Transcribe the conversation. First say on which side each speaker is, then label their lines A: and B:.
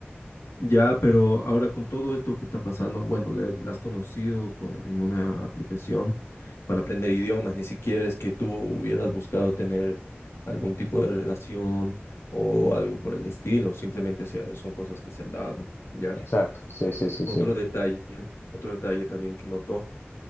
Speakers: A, on the left; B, on the left.
A: Ya, pero ahora con todo esto que está pasando, bueno, la, la has conocido con- en una aplicación para aprender idiomas, ni siquiera es que tú hubieras buscado tener algún tipo de relación o algo por el estilo, simplemente se- son cosas que se han dado, ¿ya?
B: Exacto, sí, sí, sí,
A: Otro
B: sí,
A: detalle, otro detalle también que noto